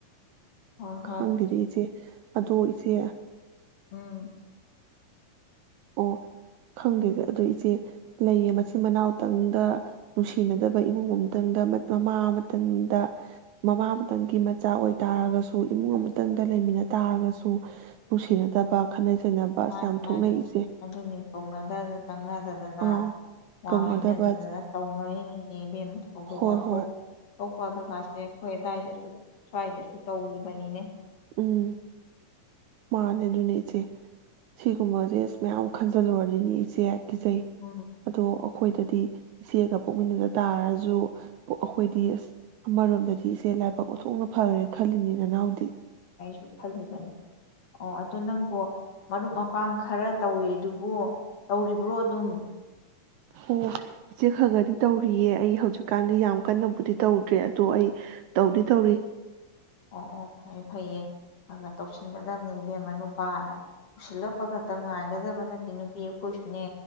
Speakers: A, on the left; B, on the right.
A: ꯍꯣꯏ ꯍꯣꯏ
B: ꯈꯪꯗꯦꯗ ꯏꯆꯦ ꯑꯗꯣ ꯏꯆꯦ
A: ꯑꯝ
B: ꯑꯣ ꯈꯪꯗꯦꯗ ꯑꯗꯨ ꯏꯆꯦ ꯂꯩꯌꯦ ꯃꯆꯤꯟ ꯃꯅꯥꯎꯇꯪꯗ ꯅꯨꯡꯁꯤꯅꯗꯕ ꯏꯃꯨꯡ ꯑꯃꯇꯪꯗ ꯃꯃꯥ ꯑꯃꯇꯪꯗ ꯃꯃꯥ ꯑꯃꯇꯪꯒꯤ ꯃꯆꯥ ꯑꯣꯏꯇꯥꯥꯔꯒꯁꯨ ꯏꯃꯨꯡ ꯑꯃꯇꯪꯗ ꯂꯩꯃꯤꯟꯅ ꯇꯥꯔꯒꯁꯨ ꯅꯨꯡꯁꯤꯅꯗꯕ ꯈꯟꯅ ꯆꯩꯅꯕ ꯑꯁ
A: ꯃꯥꯅꯤ
B: ꯌꯥꯝ ꯊꯣꯛꯅꯩ
A: ꯃꯥꯅꯤ
B: ꯏꯆ‌ꯦ
A: ꯑꯗꯨꯅꯤ ꯀꯧꯅꯗꯗ ꯆꯪꯅ ꯗꯗꯅ
B: ꯑꯥ
A: ꯋꯥ
B: ꯀꯧꯅꯗꯕ
A: ꯍꯥꯏꯅꯗꯗꯅ ꯇꯧꯅꯔꯤꯅꯤꯅ‌ꯦ ꯃꯦꯝ ꯊꯧꯗꯣꯛ
B: ꯍꯣꯏ
A: ꯋꯥꯊꯣꯛ
B: ꯍꯣꯏ
A: <unintelligible> ꯁꯦ ꯑꯩꯈꯣꯏ ꯑꯗꯥꯏꯗꯁꯨ ꯁ꯭ꯋꯥꯏꯗꯁꯨ ꯇꯧꯔꯤꯕꯅꯤꯅ‌ꯦ
B: ꯎꯝ ꯃꯥꯅꯦ ꯑꯗꯨꯅꯦ ꯏꯆꯦ ꯁꯤꯒꯨꯝꯕꯁꯦ ꯑꯁ ꯃꯌꯥꯝ ꯈꯟꯖꯤꯜꯂꯨꯔꯗꯤꯅꯦ ꯏꯆꯦ ꯀꯤꯖꯩ
A: ꯎꯝ
B: ꯑꯗꯣ ꯑꯩꯈꯣꯏꯗꯗꯤ ꯏꯆꯦꯒ ꯄꯣꯛꯃꯤꯟꯅꯗ ꯇꯥꯔꯁꯨ ꯑꯩꯈꯣꯏꯗꯤ ꯑꯁ ꯑꯃꯔꯣꯝꯗꯗꯤ ꯏꯆꯦ ꯂꯥꯏꯕꯛ ꯑꯣꯊꯣꯛꯅ ꯐꯈ꯭ꯔꯦ ꯈꯜꯂꯤꯅꯤ ꯅꯅꯥꯎꯗꯤ
A: ꯁ ꯐꯜꯂꯤꯕꯅꯤ ꯑꯣ ꯑꯗꯨꯗ ꯅꯪꯕꯨ ꯃꯔꯨꯞ ꯃꯄꯥꯡ ꯈꯔ ꯇꯧꯋꯦ ꯑꯗꯨꯕꯨ ꯇꯧꯔꯤꯕ꯭ꯔꯣ ꯑꯗꯨꯝ
B: ꯑꯣ ꯏꯆꯦ ꯈꯔ ꯈꯗꯤ ꯇꯧꯔꯤꯌꯦ ꯑꯩ ꯍꯧꯖꯤꯛꯀꯥꯟꯗꯤ ꯌꯥꯝ ꯀꯟꯅꯕꯨꯗꯤ ꯇꯧꯗ꯭ꯔꯦ ꯑꯗꯣ ꯑꯩ ꯇꯧꯗꯤ ꯇꯧꯔꯤ
A: ꯑꯣ ꯑꯣ ꯐꯩꯌꯦꯦ ꯐꯩꯌꯦ ꯑꯗꯨꯒ ꯇꯧꯁꯤꯟꯒꯗꯕꯅꯤ ꯏꯕꯦꯝꯃ ꯅꯨꯄꯥꯅ ꯄꯨꯁꯤꯜꯂꯛꯄ ꯈꯛꯇ ꯉꯥꯏꯒꯗꯕ ꯅꯠꯇꯦ ꯅꯨꯄꯤ ꯑꯩꯈꯣꯏꯁꯨꯅꯦ